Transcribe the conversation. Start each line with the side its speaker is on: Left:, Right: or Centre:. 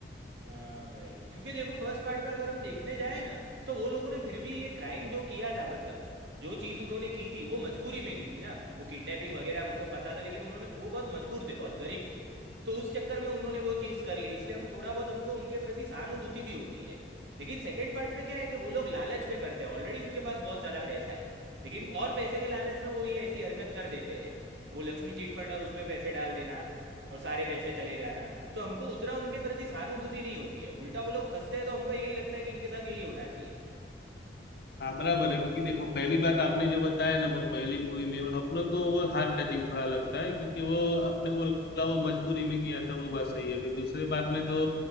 Right: हाँ भाई क्योंकि देखो फर्स्ट पार्ट में अगर हम देखने जाए ना तो वो लोगों ने फिर भी ये क्राइम जो किया था मतलब जो चीज़ उन्होंने की थी वो मजबूरी में की थी ना वो किडनैपिंग वगैरह उनको पता था लेकिन उन्होंने वो बहुत मजबूर थे बहुत गरीब थे तो उस चक्कर में उन्होंने वो चीज़ कर ली इसलिए हम थोड़ा बहुत हमको उनके प्रति सहानुभूति भी होती है लेकिन सेकंड पार्ट में क्या है कि वो लोग लालच में करते हैं ऑलरेडी उनके पास बहुत ज़्यादा पैसा है लेकिन और पैसे के लालच में वो ये ऐसी हरकत कर देते हैं वो लक्ष्मी चिट फंड और उसमें पैसे डाल देना और सारे पैसे चले जाना तो हमको उतना उनके प्रति सहानुभूति नहीं होती है उल्टा वो लोग फंसते हैं तो हमको यही लगता है कि इनके साथ यही होना चाहिए
Left: हाँ बराबर है क्योंकि देखो पहली बात आपने जो बताया ना वो पहली मूवी में वो अपनों को वो हार्ट टचिंग थोड़ा लगता है क्योंकि वो आपने बोला वो मजबूरी में किया था वो बात सही है अभी दूसरे पार्ट में तो